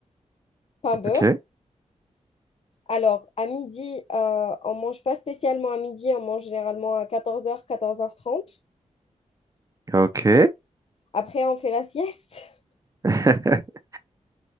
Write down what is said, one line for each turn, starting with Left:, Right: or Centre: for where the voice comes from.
Left: pain beurre.
Right: Ok,
Left: Alors, à midi, euh, on ne mange pas spécialement à midi, on mange généralement à quatorze heures quatorze heures trente
Right: ok.
Left: Après, on fait la sieste.
Right: <laughs>